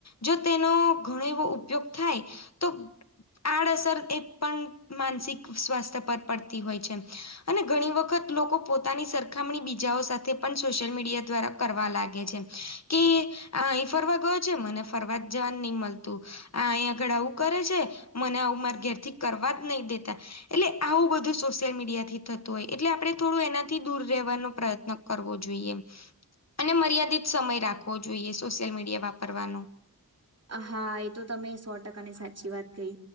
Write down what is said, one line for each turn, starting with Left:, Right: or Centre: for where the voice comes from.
Left: જો તેનો ઘણો એવો ઉપયોગ થાય તો આડઅસર એ પણ માનસિક સ્વાસ્થ્ય પર પડતી હોય છે. અને ઘણી વખત લોકો પોતાની સરખામણી બીજાઓ સાથે પણ સોશિયલ મીડિયા દ્વારા કરવા લાગે છે. કે આ અહી ફરવા ગયો છે. મને ફરવા જ જવાનું નહી મલતું. આ અહીંયા આગળ આવું કરે છે. મને આવું મારે ઘેર થી કરવા જ નહી દેતા. એટલે આવું બધું સોશિયલ મીડિયા થી થતું હોય એટલે આપણે થોડું એનાથી દૂર રહેવાનો પ્રયત્ન કરવો જોઈએ અને મર્યાદિત સમય રાખવો જોઈએ સોશિયલ મીડિયા વાપરવાનો.
Right: હા એ તો તમે સો ટકાની સાચી વાત કહી